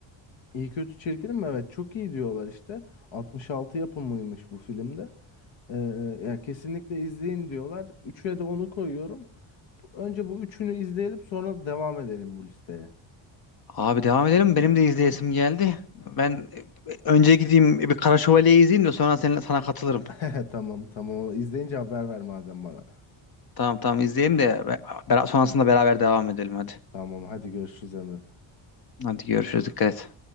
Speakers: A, on the left; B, on the left.
A: İyi kötü çirkinim mi? Evet çok iyi diyorlar işte. 66 yapımıymış bu filmde. Ee, ya kesinlikle izleyin diyorlar. Üçe de onu koyuyorum. Önce bu üçünü izleyelim sonra devam edelim bu listeye.
B: Abi devam edelim. Benim de izleyesim geldi. Ben e, önce gideyim bir Kara Şövalye'yi izleyeyim de sonra seninle, sana katılırım.
A: <laughs> Tamam tamam. İzleyince haber ver madem bana.
B: Tamam tamam izleyelim de be- bera- sonrasında beraber devam edelim hadi.
A: Tamam hadi görüşürüz Emre.
B: Hadi görüşürüz dikkat et.